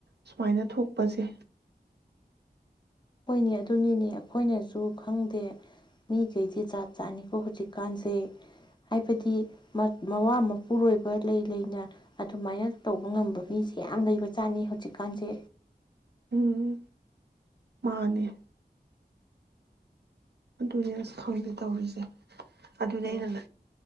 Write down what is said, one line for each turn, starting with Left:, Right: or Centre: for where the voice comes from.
Right: ꯁꯨꯃꯥꯏꯅ ꯊꯣꯛꯄꯁꯦ꯫
Left: ꯍꯣꯏꯅꯦ ꯑꯗꯨꯅꯤꯅꯦ ꯑꯩꯈꯣꯏꯅꯁꯨ ꯈꯪꯗꯦ ꯃꯤꯈꯩꯁꯦ ꯆꯥꯠ ꯆꯥꯠꯅꯤꯀꯣ ꯍꯧꯖꯤꯛꯀꯥꯟꯁꯦ ꯍꯥꯏꯕꯗꯤ ꯃꯋꯥ ꯃꯄꯨꯔꯣꯏꯕ ꯂꯩ ꯂꯩꯅ ꯑꯗꯨꯃꯥꯏꯅ ꯇꯧꯕ ꯉꯝꯕ ꯃꯤꯁꯦ ꯌꯥꯝ ꯂꯩꯕ ꯆꯥꯠꯅꯤ ꯍꯧꯖꯤꯛꯀꯥꯟꯁꯦ꯫
Right: ꯎꯝ ꯃꯥꯅꯦ ꯑꯗꯨꯅꯦ ꯑꯁ ꯈꯪꯗ ꯇꯧꯔꯤꯁꯦ ꯑꯗꯨꯅꯦ
Left: ꯎꯝ
Right: ꯑꯩꯅꯪ